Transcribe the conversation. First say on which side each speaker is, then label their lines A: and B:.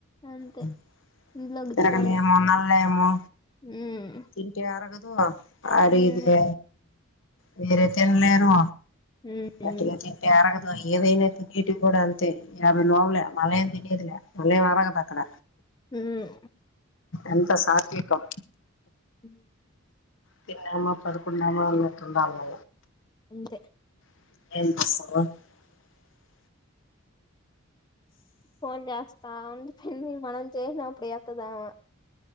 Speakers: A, on the left; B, on the left.
A: అంతే
B: <unintelligible>
A: ఇంట్లో కూర్చోను
B: ఏమో
A: ఉమ్
B: తింటే ఆరగదు అరిగితే
A: ఉమ్
B: వేరే తినలేరు
A: ఉమ్
B: గట్టిగా తింటే అరగదు ఏదైనా తినేటివి కూడ అంతే యాభై లోపలే మళ్ళ ఏం తినే మళ్ళా ఎం అరగదు అక్కడ
A: ఉమ్
B: అంత సత్వికం
A: హు
B: తిన్నామ పడుకునమా అన్నట్టుంది మళ్ళా
A: అంతే
B: <inaudible>
A: ఫోన్ చేస్త <unintelligible> మనం చేసినప్పుడు ఎత్తాదు అమ